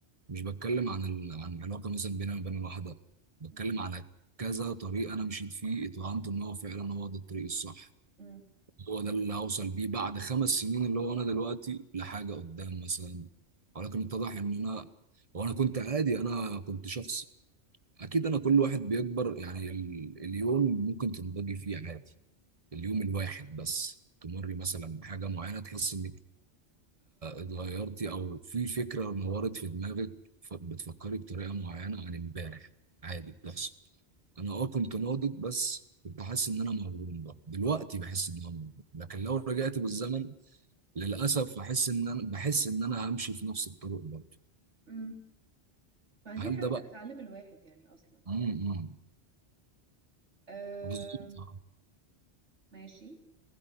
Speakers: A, on the right; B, on the right.
A: مش بتكلم عن ال... عن علاقه مثلا بيني وبين واحده بتكلم
B: مم.
A: على كذا طريق انا مشيت فيه اتوهمت ان هو فعلا هو ده الطريق الصح
B: مم.
A: هو ده اللي هوصل بيه بعد خمس سنين اللي هو انا دلوقتي لحاجه قدام مثلا ولكن اتضح ان انا وانا كنت عادي انا كنت شخص اكيد انا كل واحد بيكبر يعني ال... اليوم ممكن تنضجي فيه عادي اليوم الواحد بس تمري مثلا بحاجه معينه تحس انك اتغيرتي او في فكره نورت في دماغك ف- بتفكري بطريقه معينه عن امبارح عادي بتحصل انا اه كنت ناضج بس كنت حاسس ان انا مغروم برضه دلوقتي بحس ان انا مغروم لكن لو رجعت بالزمن للاسف هحس ان انا بحس ان انا همشي في نفس الطريق برضه
B: مم. ما دي
A: هل
B: الحاجة
A: ده
B: اللي
A: بقى
B: بتعلم الواحد يعني أصلا
A: امم
B: أه
A: بالظبط
B: ماشي